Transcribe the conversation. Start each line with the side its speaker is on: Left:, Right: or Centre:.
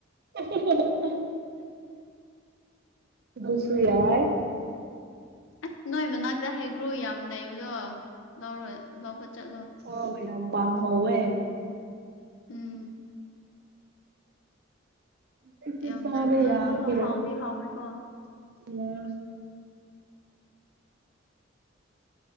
Right: <unintelligible> ꯑꯗꯨꯁꯨꯨ ꯌꯥꯏ
Left: ꯑꯁ ꯅꯣꯏ ꯃꯅꯥꯛꯇ ꯍꯩꯒ꯭ꯔꯨ ꯌꯥꯝ ꯂꯩꯕꯗꯣ ꯂꯧꯔꯣ ꯂꯧꯕ ꯆꯠꯂꯣ
Right: ꯑꯣ ꯌꯥꯝ ꯄꯥꯟꯍꯧꯋꯦ
Left: ꯎꯝ
Right: ꯍꯦꯛꯇ
Left: ꯌꯥꯝ
Right: ꯆꯥꯕ
Left: ꯂꯩꯕꯗꯣ
Right: ꯌꯥꯈꯤꯔꯣꯏꯗ
Left: ꯑꯗꯣ ꯍꯥꯎꯗꯤ
Right: <unintelligible>
Left: ꯍꯥꯎꯋꯦꯀꯣ